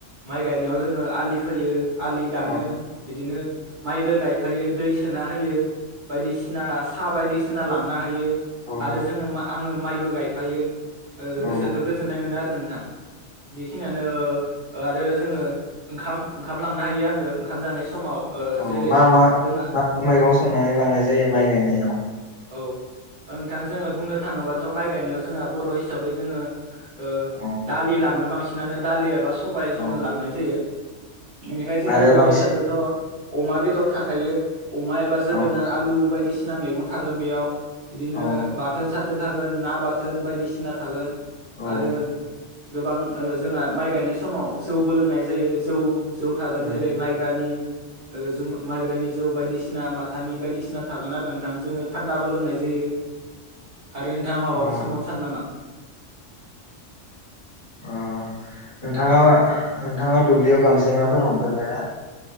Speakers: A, on the right; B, on the left.
A: माइ गायनायाव जोंङो आलि खोयो। आलि दानो
B: औ
A: बिदिनो माइबो गायफायो दै सोना होयो। बायदिसिना साहा बायदिसिना लांना हायो
B: औ
A: आरो जोंङो आंङो माइबो गायफायो। ओ
B: औ
A: गोसोखौ गोजोननाय मोनो आरो नोंथां। बेखिनियानो आरो जोंङो ओंखाम ओंखाम लांना हायो ओंखाम जानाय समाव। ओ
B: औ
A: जेरै
B: मा मा
A: जोंहा
B: मा मैगं संनानै लांनाय जायो माइ गायनायाव
A: औ नोंथां जोंङो बुंनो थांङोबाथ' माइ गायनायाव जोंहा बर' हिसाबै जोंङो ओ
B: औ
A: दालि लाङो बांसिनानो दालि एबा सबाय जोंङो
B: औ
A: लांनाय जायो। इनिफ्राय जोंहा
B: आरो
A: बर'
B: बांसिन
A: हिसाबैथ' अमा बेदर थाखायो अमा एबा जो
B: औ
A: गोनार आलु बायदिसिना मैगं थागोन बेयाव। बिदिनो
B: औ
A: बाथोन साथोन थागोन ना बाथोन बायदिसिना थागोन
B: औ
A: आरो गोबां जोंहा माइ गायनाय समाव जौबो लोंनाय जायो जौ जौ थागोन
B: औ
A: जेरै माइब्रानि ओ जुम माइब्रानि जौ बायदिसिना माथानि बायदिसिना थागोन आरो नोंथां जोंङो थान्दाबो लोंनाय जायो। आरो नोंथाङा माबाफोर
B: औ
A: सोंबावनो सानो नामा
B: अ नोंथांङा नोंथांङा दुब्लियाव
A: औ
B: गांजेमाफोर हमफेरबाय ना?